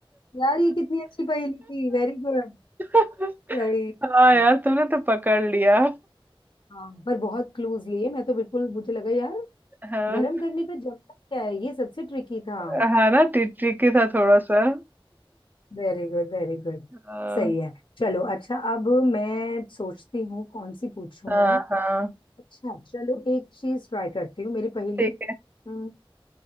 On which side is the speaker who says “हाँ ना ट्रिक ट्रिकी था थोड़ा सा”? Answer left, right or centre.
Right